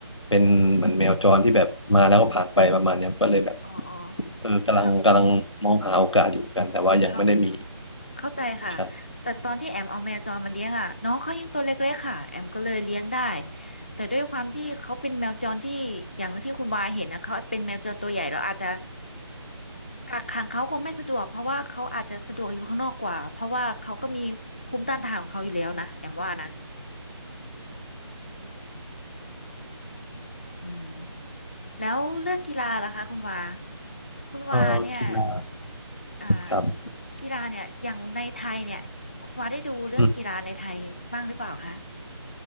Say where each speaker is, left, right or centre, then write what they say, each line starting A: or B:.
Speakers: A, on the left; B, on the left.
A: เป็นเหมือนแมวจรที่แบบมาแล้วก็ผ่านไปประมาณเนี้ยก็เลยแบบ
B: อ๋ออ๋อ
A: เออกำลังกำลังมองหาโอกาสอยู่เหมือนกันแต่ว่ายังไม่ได้มี
B: เขาเข้าเข้าใจค่ะ
A: ใช่
B: แต่ตอนที่แอมเอาแมวจรมาเลี้ยงอ่ะน้องเขายังตัวเล็กๆค่ะแอมก็เลยเลี้ยงได้แต่ด้วยความที่เขาเป็นแมวจรที่อย่างที่คุณวาเห็นนะเขาเป็นแมวจรตัวใหญ่เราอาจจะกักขังเขาคงไม่สะดวกเพราะว่าเขาอาจจะสะดวกอยู่ข้างนอกกว่าเพราะว่าเขาก็มีภูมิต้านทานของเขาอยู่แล้วนะแอมว่านะอืม แล้วเรื่องกีฬาล่ะคะคุณวาคุณวาเนี่ย
A: เออกีฬา
B: อ่า
A: ครับ
B: กีฬาเนี่ยอย่างในไทยเนี่ยคุณวาได้ดูเรื่องกีฬาในไทยบ้างหรือเปล่าคะ
A: อืม